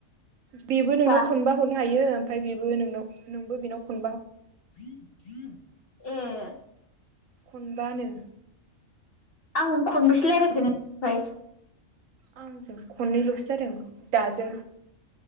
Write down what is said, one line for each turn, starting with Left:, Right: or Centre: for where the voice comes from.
Right: बेबो नोंनाव
Left: हा
Right: खनबा हरनो हायो ओमफाय बेबो नोंनाव नोंबो बेनाव खन
Left: <inaudible> ए
Right: खनबानो।
Left: खन-खनबेसे रायलायखो नों ओमफाय?
Right: आं खननैल'सो जादों दाजों।